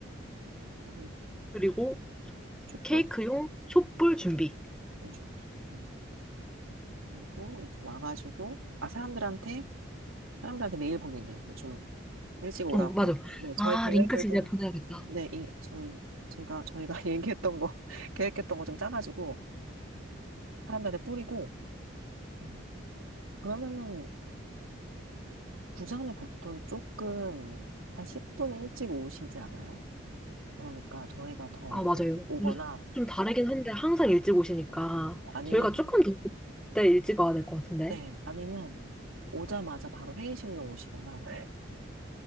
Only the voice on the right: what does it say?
그리고
촛불?
요즘. 음, 그리고 이렇게 와가지고, 아, 사람들한테, 사람들한테 메일 보내기. 요즘 일찍 오라고.
뭐, 저희
계획을
좀
네, 이, 저희, 제가, 저희가 <laughs> 얘기했던 거, <laughs> 계획했던 거 좀 짜가지고, 사람들한테 뿌리고, 음, 그러면은, 부장님 보통 조금, 한 10분 일찍 오시지 않아요? 그러니까 저희가 더
일찍 오거나,
아니면,
네, 아니면, 오자마자 바로 회의실로 오시거나,